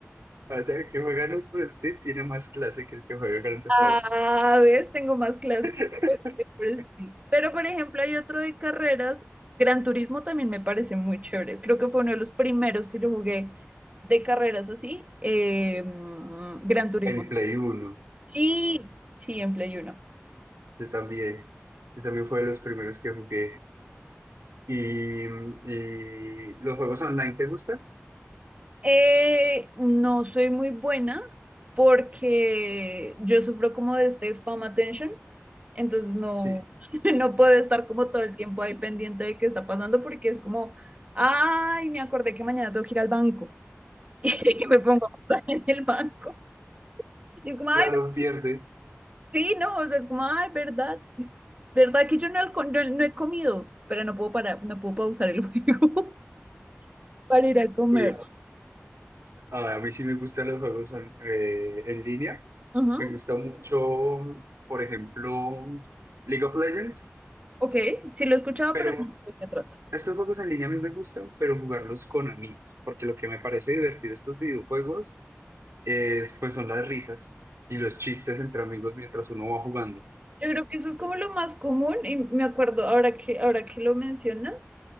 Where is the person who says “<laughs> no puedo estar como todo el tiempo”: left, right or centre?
Right